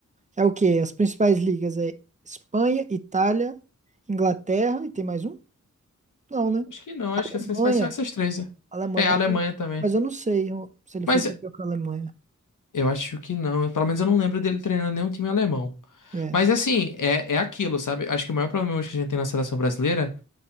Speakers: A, on the right (about 25°); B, on the left (about 85°).
A: É o quê? As principais ligas é Espanha, Itália, Inglaterra e tem mais um? Não, né?
B: Acho que não, acho
A: Alemanha,
B: que as principais são essas três. né?
A: Alemanha,
B: É,
A: mas,
B: a Alemanha
A: eu-
B: também.
A: mas eu não sei eu- se ele
B: Mas
A: foi campeão com a Alemanha.
B: eu acho que não, pelo menos eu não lembro dele treinando nenhum time alemão.
A: É.
B: Mas assim, é, é aquilo, sabe? Acho que o maior problema hoje que a gente tem na seleção brasileira